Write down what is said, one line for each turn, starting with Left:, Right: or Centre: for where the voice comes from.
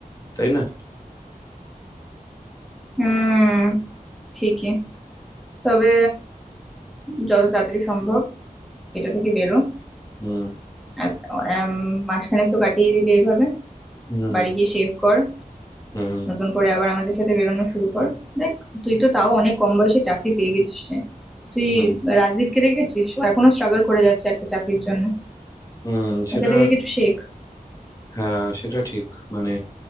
Left: তাই না
Centre: হুম ঠিকই তবে যত তাড়াতাড়ি সম্ভব এটা থেকে বেরো
Left: হুম
Centre: এক- এম, মাসখানেক তো কাটিয়ে দিলি এভাবে
Left: হুম
Centre: বাড়ি গিয়ে শেভ কর
Left: হুম
Centre: নতুন করে আবার আমাদের সাথে বেরোনো শুরু কর দেখ তুই তো তাও অনেক কম বয়সে চাকরি পেয়ে গেছিস রে তুই
Left: হুম
Centre: রাজদীপকে দেখেছিস ও এখনো স্ট্রাগল করে যাচ্ছে একটা চাকরির জন্য
Left: হুম সেটা
Centre: ওকে দেখে কিছু শেখ
Left: হ্যাঁ সেটা ঠিক মানে